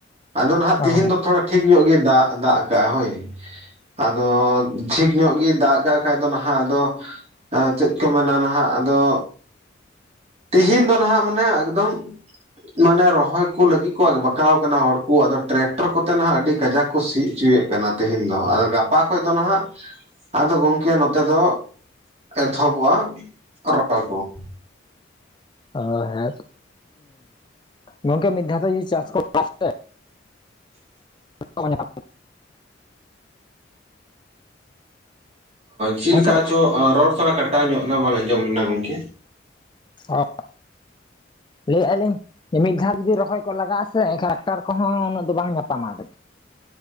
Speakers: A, on the right; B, on the left.
A: ᱟᱫᱚ ᱱᱟᱦᱟᱜ
B: ᱚ
A: ᱛᱤᱦᱤᱧ ᱫᱚ ᱛᱷᱚᱲᱟ ᱴᱷᱤᱠ ᱧᱚᱜ ᱜᱮ ᱫᱟᱜ ᱫᱟᱜ ᱠᱟᱜ ᱦᱚᱭ, ᱟᱫᱚ ᱴᱷᱤᱠ ᱧᱚᱜ ᱜᱮᱭ ᱫᱟᱜ ᱠᱟᱜ ᱵᱟᱠᱷᱟᱡ ᱫᱚ ᱱᱟᱦᱟᱜ ᱟᱫᱚ, ᱪᱮᱫ ᱠᱚ ᱢᱮᱱᱟ ᱱᱟᱦᱟᱜ ᱟᱫᱚ ᱛᱤᱦᱤᱧ ᱫᱚ ᱱᱟᱦᱟᱜ ᱢᱟᱱᱮ ᱮᱠᱫᱚᱢ ᱢᱟᱱᱮ ᱨᱚᱦᱚᱭ ᱠᱚ ᱞᱟᱹᱜᱤᱫ ᱠᱚ ᱵᱟᱠᱟᱣ ᱟᱠᱟᱱᱟ ᱦᱚᱲᱠᱩ ᱟᱫᱚ ᱴᱮᱨᱮᱠᱴᱚᱨ ᱠᱚᱛᱮ ᱱᱟᱦᱟᱜ ᱟᱹᱰᱤ ᱠᱟᱡᱟᱠ ᱠᱚ ᱥᱤ ᱦᱚᱪᱚᱭᱮᱫ ᱠᱟᱱᱟ ᱛᱮᱦᱮᱧ ᱫᱚ, ᱜᱟᱯᱟ ᱠᱷᱚᱱ ᱫᱚ ᱱᱟᱦᱟᱜ ᱟᱫᱚ ᱜᱚᱢᱠᱮ ᱱᱚᱛᱮ ᱫᱚ ᱮᱛᱚᱦᱚᱵᱚᱜᱼᱟ <unintelligible> ᱠᱚ ᱾
B: ᱚ ᱦᱮᱸ ᱜᱚᱢᱠᱮ ᱢᱤᱫ ᱫᱷᱟᱣ ᱛᱮ ᱪᱟᱥ ᱠᱚ <unintelligible> <unintelligible>
A: ᱪᱮᱫ
B: ᱦᱮᱸ
A: ᱞᱮᱠᱟ
B: ᱥᱮ
A: ᱪᱚ ᱨᱚᱲ ᱛᱚᱲᱟ ᱠᱟᱴᱟᱣ ᱧᱚᱜ ᱱᱟ ᱵᱟᱝ ᱟᱸᱡᱚᱢ ᱞᱮᱱᱟ ᱜᱚᱝᱠᱮ ᱾
B: ᱚ ᱞᱟᱹᱭᱮᱜᱼᱟ ᱞᱤᱧ, ᱢᱤᱫ ᱫᱷᱟᱣ ᱡᱩᱫᱤ ᱨᱚᱦᱚᱭ ᱠᱚ ᱞᱟᱜᱟᱜᱼᱟ ᱥᱮ ᱮᱱᱠᱷᱟᱱ <unintelligible> ᱠᱚᱦᱚᱸ ᱩᱱᱟᱹᱜ ᱫᱚ ᱵᱟᱝ ᱧᱟᱯᱟᱢᱟ ᱾